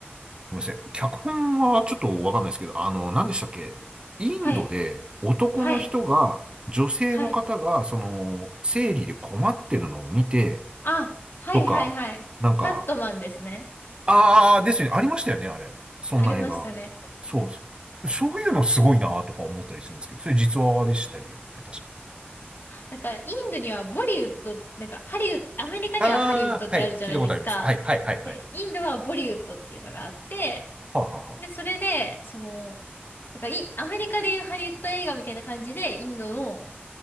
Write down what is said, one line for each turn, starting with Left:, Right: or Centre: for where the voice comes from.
Right: ごめんなさい。脚本はちょっとわかんないですけど、あの、何でしたっけインドで男の人が、
Left: はい。はい。
Right: 女性の方が、
Left: はい。
Right: その、生理で困ってるのを見て、
Left: あ、はいはいはい。
Right: とか、なんか、
Left: パットマンですね。
Right: ああ、ですよね。ありましたよね、あれ。そんな映画。
Left: ありましたね。
Right: そうです。そういうのすごいなとか思ったりするんですけど、それ実話でしたりね、確か。
Left: なんか、インドにはボリウッド、なんか、ハリウッド、アメリカにはハリウッドってあるじゃないですか。
Right: ああ、はい。聞いたことあります。はい、はい、はい、はい。
Left: で、インドはボリウッドっていうのがあって、
Right: はあ、は
Left: で、それで、その、なんかい、アメリカでいうハリウッド映画みたいな感じで、インドの、